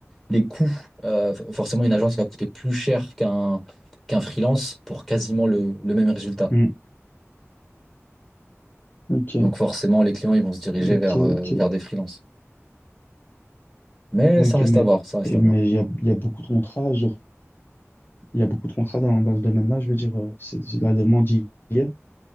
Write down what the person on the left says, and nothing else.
mm. ok,
ok,
ok,
Ok,
mais
mais
il y a, il y a beaucoup de contrats, genre, il y a beaucoup de contrats dans, dans ce domaine-là, je veux dire, euh, c'est c'est la demande hier.